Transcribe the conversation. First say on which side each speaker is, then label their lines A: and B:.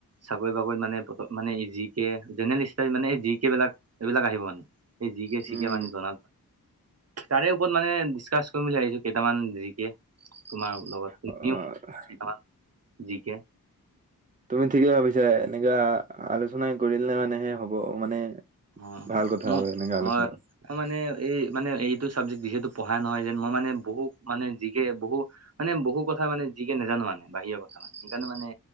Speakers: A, on the right (about 45°); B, on the right (about 25°).
A: চাকৰি বাকৰিত মানে মানে জি কে জেনেৰেলষ্টড মানে এই জি কে বিলাক এইবিলাক আহিব মানে এই জি কে চি
B: উম
A: কে মানে জনে। তাৰে ওপৰত মানে ডিচকাছ কৰিম বুলি ভাবিছো কেইটামান জিকে তোমাৰ লগত তোমাৰ
B: অ'
A: কেইটামান জি কে
B: তুমি ঠিকেই ভাবিছা। ছে এনেকুৱা আলোচনা কৰিলে মানে হে হ'ব মানে
A: অ'
B: ভাল কথা
A: ম
B: আৰু এনেকে আলোচনা
A: অ' মানে এই মানে এই চাবজে্ যিহু পঢ়া নহয় যেন মইানে বহু মানে জিকে বহু মানে বহু কথা মানে যিকে নাজানো। মানে বাহিৰৰ কথা মানে সেইকাৰণে মানে